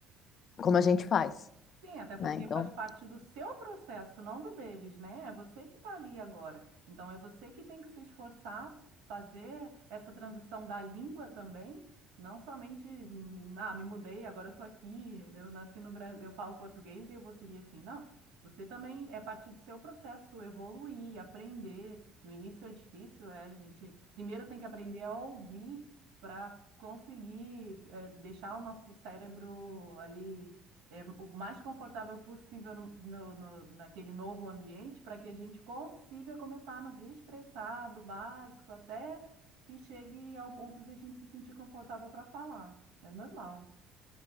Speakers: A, on the left; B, on the right.
A: como a gente faz,
B: Sim, até porque
A: né? Então,
B: faz parte do seu processo, não do deles, né? É você que está ali agora. Então, é você que tem que se esforçar, fazer essa transição da língua também, não somente, hum, ah, me mudei, agora eu estou aqui, eu nasci no Brasil, eu falo português e eu vou seguir assim. Não, você também é parte do seu processo evoluir, aprender. No início é difícil, é, a gente primeiro tem que aprender a ouvir para conseguir, eh, deixar o nosso cérebro ali é, o mais confortável possível no, no- no- naquele novo ambiente para que a gente consiga começar a nos expressar do básico até que chegue ao ponto de a gente se sentir confortável para falar. É normal.